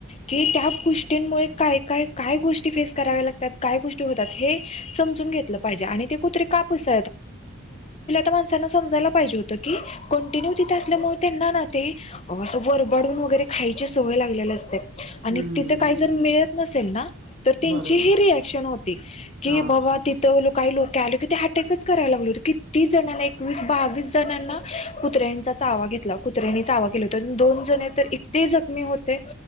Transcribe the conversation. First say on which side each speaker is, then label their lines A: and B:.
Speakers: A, on the left; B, on the right.
A: की त्या गोष्टींमुळे काय काय काय गोष्टी फेस कराव्या लागतात काय गोष्टी होतात हे. समून घ पाे कुते का पस. माणसांना समजायला पाहिजे होत की कंटिन्यू तिथे असल्यामुळे त्यांना ना ते. असं वरबाडून वगैरे खायची सवय लागलेली असते. आणि
B: हं.
A: तिथे काही जर मिळत नसेल ना. तर त्यांची
B: बरोबर.
A: ही रिएक्शन होती की
B: हां.
A: बाबा ति. काही लोके आलेो की ते हटकच कराय लागल होत किती जणांना एकवीस बावीस जणांना कुत्र्यांंचा चावा घेतला कुत्र्यांनीचावा केला तर दोन जण तर ते जखमी होते